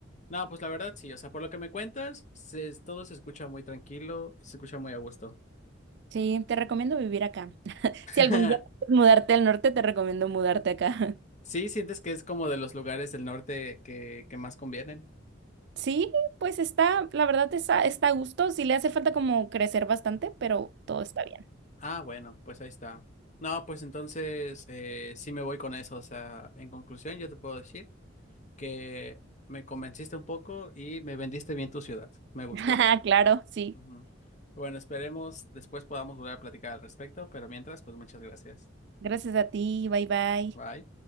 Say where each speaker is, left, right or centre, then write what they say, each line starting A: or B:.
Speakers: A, on the left (about 40°); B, on the right (about 60°).
A: No, pues la verdad sí, o sea, por lo que me cuentas, se- todo se escucha muy tranquilo, se escucha muy a gusto.
B: Sí, te recomiendo vivir acá. <laughs>
A: <laughs>
B: Si algún día quieres mudarte al norte, te recomiendo mudarte acá. <laughs>
A: Sí, sientes que es como de los lugares del norte que, que más convienen.
B: Sí, pues está, la verdad está, está a gusto. Sí le hace falta como crecer bastante, pero todo está bien.
A: Ah, bueno, pues ahí está. No, pues entonces eh, sí me voy con eso. O sea, en conclusión, yo te puedo decir que me convenciste un poco y me vendiste bien tu ciudad. Me gustó.
B: <laughs> Claro, sí.
A: Ujú. Bueno, esperemos después podamos volver a platicar al respecto, pero mientras, pues muchas gracias.
B: Gracias a ti. Bye bye.
A: Bye.